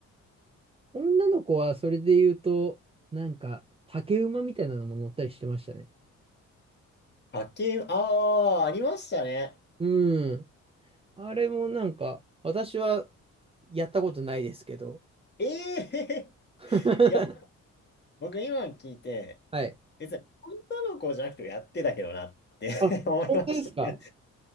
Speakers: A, on the right; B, on the left.
A: 女の子はそれで言うと、なんか、竹馬みたいなのも乗ったりしてましたね。
B: 派遣、ああ、ありましたね。
A: うん。あれもなんか、私はやったことないですけど。
B: ええー、
A: <laughs>
B: <laughs> いや、僕今聞いて、
A: はい。
B: 別に女の子じゃなくてもやってたけどなって
A: あ、
B: <laughs> 思いましたけど
A: 本当ですか